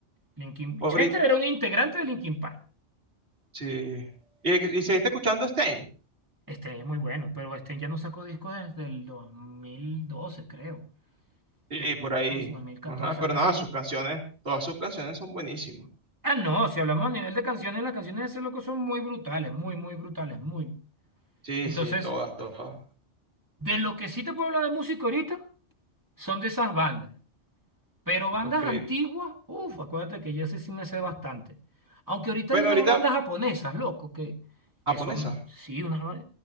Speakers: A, on the right (about 15°); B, on the right (about 60°).
A: Linkin,
B: Ahorita,
A: Chester era un integrante de Linkin Park.
B: sí. Y, y seguiste escuchando Stein.
A: Este es muy bueno, pero este ya no sacó discos desde el 2012, creo.
B: Sí,
A: 2012,
B: por ahí.
A: 2014,
B: Ajá, pero
A: algo
B: nada,
A: así.
B: sus canciones, todas sus canciones son buenísimas.
A: Ah, no, si hablamos a nivel de canciones, las canciones de ese loco son muy brutales, muy, muy brutales, muy.
B: Sí,
A: Entonces,
B: sí, todas, todas.
A: de lo que sí te puedo hablar de música ahorita. son de esas bandas. Pero bandas
B: Ok.
A: antiguas, uff, acuérdate que yo sé sí me sé bastante. Aunque ahorita
B: Bueno,
A: hay unas
B: ahorita,
A: bandas japonesas, loco, que,
B: japonesa.
A: que son, sí, unas, ba-